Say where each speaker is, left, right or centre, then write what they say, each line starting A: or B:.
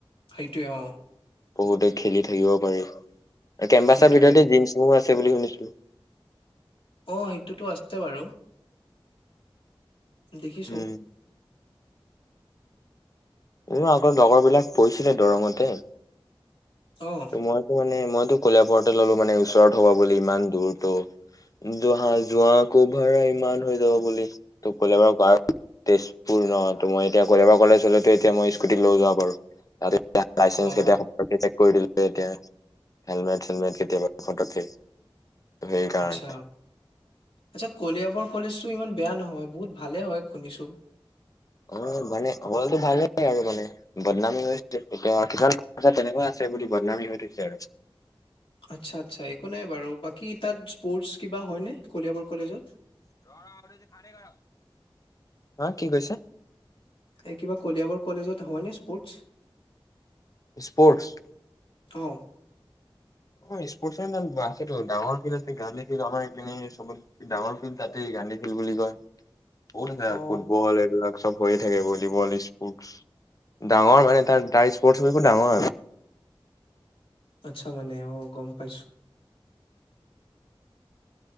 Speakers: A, on the left; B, on the left.
A: সেইটোৱে অ
B: বহুতে খেলি থাকিব প কেম্পাছৰ
A: সেইটোৱে
B: ভিতৰতে জিম চিম আছে আছে বুলি শুনিছিলো
A: অ সেইটোতো আছে বাৰু দেখিছো
B: উম উ আগৰ লগৰ বিলাক পৰিঢ়িছিলে দৰঙতে
A: অ
B: মই মে মানে কলাৰতে ললো মানে ওচৰত হ'ব বুলি ইমান দূৰ ত অহা যোৱা কভাৰ ইমান হৈ যাব বুলি ত কলোবাৰ ক তেজপুৰ ন ত মই এতিয়া কলোবাৰ কলেজ হলে তো এতিয়া মই স্কুটিত লৈ যাব পাৰো ত লাইচেন্স
A: অ
B: কেতিয়াবা আকৌ পতককে চেক কৰি দিলে এতিয়া হেলমেট চেলমেট কেতিয়াবা ফটো কে ত সেইকাৰণে
A: আচ্ছা আচ্ছা কলিয়াবৰ কলেজটো ইমান বেয়া নহয় বহুত ভালে হয় শুনিছো
B: অ মানে অলটো ভাল আৰু মানে বদনামীছে এতিয়া কিমান তেনেকুৱা আছে বুলি বদনামী হৈ থৈছে আৰু
A: আচ্ছা আচ্ছা একো নাই বাৰু বাকী তাত স্পৰ্টছ কিবা হয়নে কলিয়াবৰ কলেজত
B: হ কি কৈছা।
A: এই কিবা কলিয়াবৰ কলেজত হয়নে স্পৰ্টছ
B: স্পৰ্টছ
A: আহ
B: অ স্পৰ্ট আছেতো ডাঙৰ ফিল্ড আছে গান্ধী ফিল আমাৰ এইপনে চবত ডাঙৰ ফিল্ড তাতেই গান্ধী ফিল্ড বুলি কয় বহুত হয়
A: অ
B: ফুটবল এইবিলাক চব। হৈয়ে থাকে ভলীবল স্পৰ্টচ ডাঙৰ মানে তাৰ তাৰ স্পৰ্টছ সেইবোৰ ডাঙৰ
A: আচ্ছা মানে অ গম পাইছো